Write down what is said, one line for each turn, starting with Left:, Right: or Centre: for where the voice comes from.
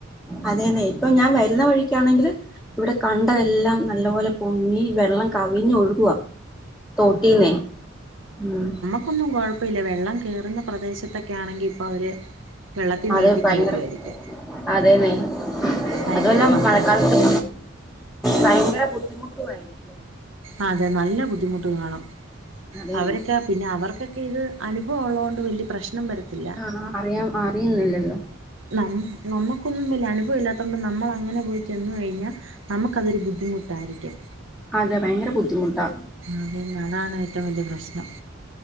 Centre: അതേന്നെ ഇപ്പം ഞാം വരുന്ന വഴിക്കാണെങ്കില് ഇവിടെ കണ്ട എല്ലാം നല്ലപോലെ പൊങ്ങി വെള്ളം കവിഞ് ഒഴുകുവ തോട്ടീന്നെ ഉം
Right: പ്പൊന്നും കുഴപ്പേല്ല വെള്ളം കേറുന്ന പ്രദേശത്തൊക്ക്യാണെങ്കി ഇപ്പൊ അവര് വെള്ളത്തിൽ
Centre: അത്
Right: നീന്തി
Centre: ഭയങ്കരം
Right: കളിക്കുവായിരിക്കും
Centre: അതേന്നെ
Right: ഭയങ്കര
Centre: അത് വല്ല
Right: പാടായിരിക്കും
Centre: മഴക്കാലത്ത് ഭയങ്കര ബുദ്ധിമുട്ടുവായിരിക്കും. വെല്ലം
Right: ആഹ് അതെ നല്ല ബുദ്ധിമുട്ട് കാണും
Centre: അതേന്നെ
Right: അവരക്കെ പിന്നെ അവർക്കൊക്കെ ഇത് അനുഭവം മുള്ളത് കൊണ്ട് വലിയ പ്രശ്നം വരത്തില്ല
Centre: ആഹ് അറിയ അറിയുന്നില്ലല്ലോ
Right: നം നമ്മുക്കൊന്നും വല്യ അനുഭവ ഇല്ലാതോണ്ട് നമ്മൾ അങ്ങനെ പോയി ചെന്ന് കഴിഞ്ഞാ നമക്ക് അതൊരു ബുദ്ധിമുട്ടായിരിക്കും
Centre: അതെ ഭയങ്കര ബുദ്ധിമുട്ടാ
Right: അതന്നെ അതാണ് ഏറ്റവും വല്യ പ്രശ്നം